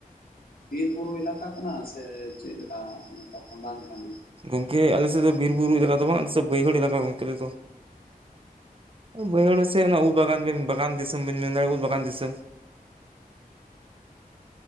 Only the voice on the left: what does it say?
ᱵᱤᱨ ᱵᱩᱨᱩ ᱮᱞᱟᱠᱟ ᱠᱟᱱᱟ ᱥᱮ ᱪᱮᱫᱞᱮᱠᱟ ᱱᱚᱝᱠᱟ ᱴᱚᱰᱟᱝ ᱴᱟᱺᱰᱤ